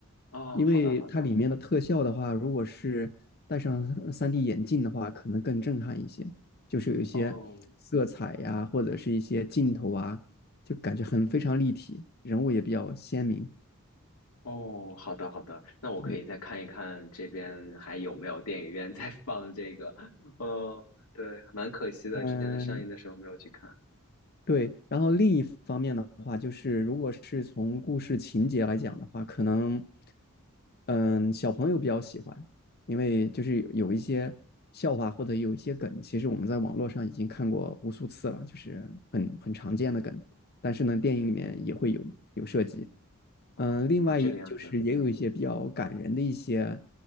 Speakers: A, on the left; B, on the left.
A: 哦，
B: 因为它里面的特效的话，
A: 好的，好的，
B: 如果是戴上 3D 眼镜的话，可能更震撼一些。就是有一些色彩呀、
A: 哦。
B: 或者是一些镜头啊，就感觉很非常立体，人物也比较鲜明。
A: 哦，好的好的，那我可以再看一看这边还有没有电影院在放这个。
B: 对，
A: 哦，对，蛮可惜的，
B: 嗯，
A: 之前在上映的时候没有去看。
B: 对，然后另一方面的话，就是如果是从故事情节来讲的话，可能，嗯，小朋友比较喜欢，因为就是有一些笑话或者有一些梗，其实我们在网络上已经看过无数次了，就是很很常见的梗，但是呢，电影里面也会有有涉及。
A: 哦，
B: 嗯，另外一个就是也有一些比较感人的一些，
A: 这个样子，